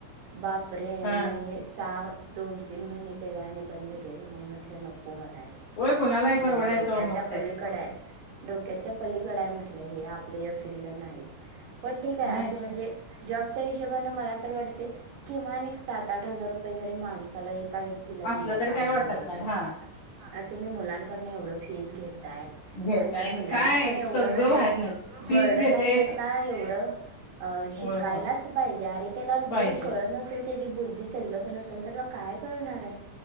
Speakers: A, on the right; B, on the left.
A: बाप रे
B: हा
A: मग सव दोन तीन महिने केले आणि बंद केले मी म्हटले नको मला आहे.
B: होय कुणालाही
A: हे
B: परवडायचं
A: माझ्या डोक्याच्या
B: मग
A: पलीकड
B: ते
A: आहे. डोक्याच्या पलीकड आहे म्हटलं हे आपलं या फिल्ड नाहीच पण ठीक आहे
B: नाहीच
A: असं म्हणजे
B: का
A: जॉबच्या हिशोबाने मला तर वाटते किमान एक सात आठ हजार रुपये जरी माणसाला एका व्यक्ती तिला
B: असलं
A: दिलं
B: तरी
A: कामानिमित
B: काय वाटत नाही हा
A: आ तुम्ही मुलांकडन एवढं फीज घेताय
B: घेताय
A: आणि ते मुलांना
B: काय
A: पण एवढं
B: सगळं
A: म्हणजे
B: बाहेर नाही फीज
A: बर्डन
B: घेते
A: आणता ना एवढं अ शिकायलाच
B: होय होय
A: पाहिजे अरे त्याला
B: पाहिजे
A: जर कळतं नसेल त्याची बुद्धी तल्लकण नसेल तर काय करणार आहे.